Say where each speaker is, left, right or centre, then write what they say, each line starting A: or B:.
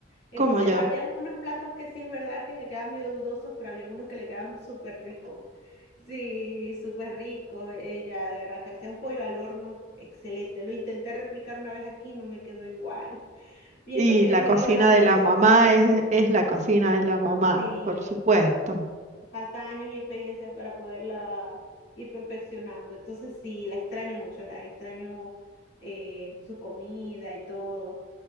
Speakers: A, on the left; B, on the right.
A: Entonces,
B: como yo.
A: habían unos platos que sí es verdad que le quedaban medio dudosos, pero había unos que le quedaban súper ricos. Sí, súper ricos. Ella, de verdad, que hacía un pollo al horno, excelente. Lo intenté replicar una vez aquí, no me quedó igual. <laughs> Y
B: Y
A: eso que ella
B: la
A: me
B: cocina
A: dio las recetas.
B: de la mamá es, es la cocina de la mamá,
A: Sí.
B: por supuesto.
A: Falta años y experiencia para poderla ir perfeccionando. Entonces sí, la extraño mucho, ¿verdad? Extraño eh, su comida y todo.